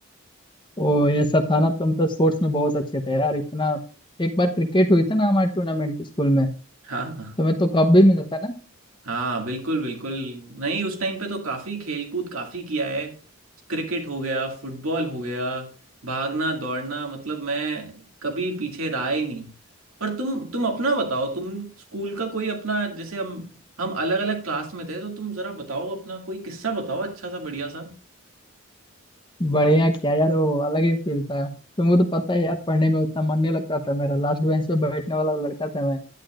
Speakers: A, on the left (about 20°); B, on the right (about 85°).
A: ओ ऐसा था ना तुम तो स्पोर्ट्स में बहुत अच्छे थे यार इतना एक बार क्रिकेट हुई थी ना हमारे टूर्नामेंट स्कूल में
B: हाँ
A: तुम्हें तो कप भी मिला था ना
B: हाँ बिल्कुल बिल्कुल नहीं उस टाइम पे तो काफी खेलकूद काफी किया है क्रिकेट हो गया फुटबॉल हो गया भागना दौड़ना मतलब मैं कभी पीछे रहा ही नहीं पर तुम तुम अपना बताओ तुम स्कूल का कोई अपना जैसे हम हम अलग अलग क्लास में थे तो तुम जरा बताओ अपना कोई किस्सा बताओ अच्छा सा बढ़िया सा
A: बढ़िया क्या यार वो अलग ही फील था तुमको तो पता है यार पढ़ने में उतना मन नहीं लगता था मेरा लास्ट बेंच पे बैठने वाला लड़का था मैं